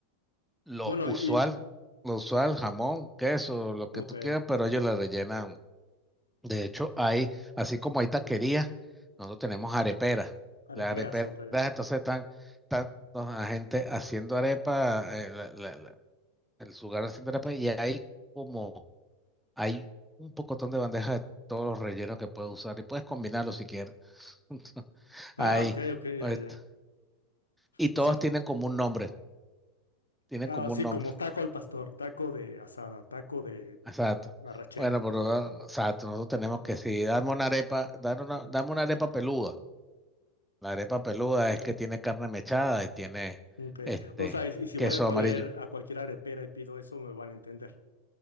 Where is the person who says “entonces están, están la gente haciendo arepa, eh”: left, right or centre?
Centre